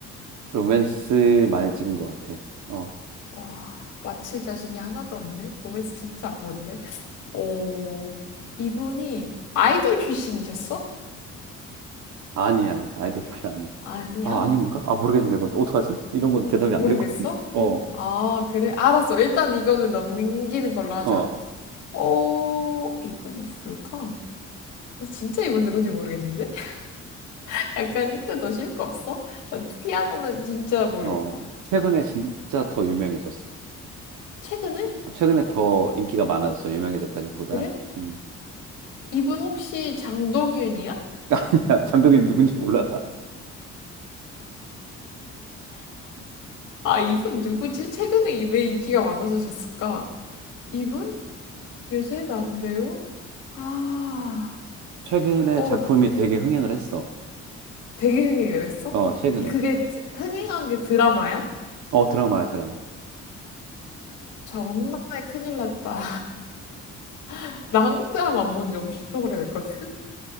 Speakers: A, on the right; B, on the left.
A: 로맨스 많이 찍은 것 같아. 어.
B: 와, 맞힐 자신이 하나도 없네. 로맨스 진짜 안 본데. 오, 이분이 아이돌 출신이셨어?
A: 아니야. 아이돌 출신 아니야.
B: 아니야.
A: 아, 아닌가? 아, 모르겠네. 그건 어떡하지? 이런 건 대답이
B: 모르겠어?
A: 안 될 것 같은데. 어,
B: 아, 그래? 알았어. 일단 이거는 넘기는 걸로 하자.
A: 어,
B: 어, 이분 누굴까? 나 진짜 이분 누군지 모르겠는데? <laughs> 약간 힌트 더 쉬울 거 없어? 나 피아노는 진짜 모르겠다.
A: 어. 최근에 진짜 더 유명해졌어.
B: 최근에?
A: 아, 최근에 더 인기가 많아졌어. 유명해졌다기보단.
B: 그래?
A: 음.
B: 이분 혹시 장동윤이야?
A: <laughs> 아니야. 장동민 누군지 몰라.
B: 아, 이분 누구지? 최근에 이- 왜 인기가 많아지셨을까? 이분? 요새 남배우? 아,
A: 최근에
B: 어,
A: 작품이 되게 흥행을 했어.
B: 되게 흥행 그랬어?
A: 어, 최근에.
B: 그게 흥행한 게 드라마야?
A: 어, 드라마야, 드라마.
B: 정말 큰일 났다. <laughs> 나 한국 드라마 안 본 지 엄청 오래됐거든.